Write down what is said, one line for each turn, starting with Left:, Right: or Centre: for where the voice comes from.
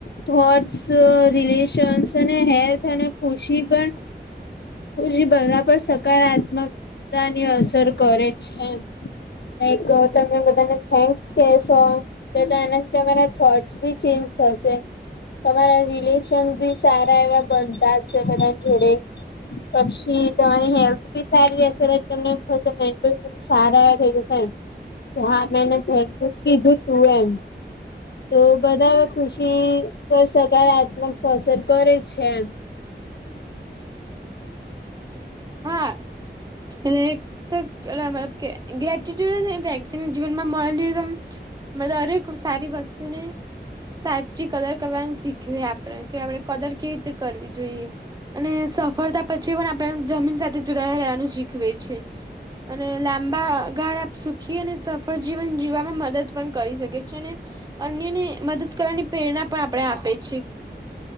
Left: થોટસ રિલેશન્સ અને હેલ્થ અને ખુશી પણ હુજી બધા પર સકારાત્મકતાની અસર કરે છે કંઇક તમે બધાને થેન્ક્સ કેશો તો તો એનાથી તમારા થોટસ બી ચેન્જ થશે. તમારા રિલેશન બી સારા એવા બનતા જ છે બધા જોડે. પછી તમારી હેલ્થ બી સારી રહેશે તમને એમ થશે મેન્ટલ ત સારા એ થઈ જશે એમ કે હા મેંને થેંક કીધું તું એમ. તો બધામાં ખુશી પર સકારાત્મક અસર કરે છે એમ.
Right: હા એ <unintelligible> તો મતલબ કે ગ્રેટટ્યુડ વ્યક્તિને જીવનમાં મળેલી એમ મ અરેક ખૂબસારી વસ્તુ ને સાચી કદર કરવાનું શીખવે આપણે કે આપણે કદર કેવી રીતે કરવી જોઈએ. અને સફળતા પછી આપણેે જમીન સાથે જોડાયયા રહ્યાનું શીખવે છે. અને લાંબા ગાળ આપ સુખી અને સફળ જીવન જીવવામાં મદદ પણ કરી શકે છે અને. અન્યને મદદ કરવાની પ્રેરણા પણ આપણ ને આપે છે.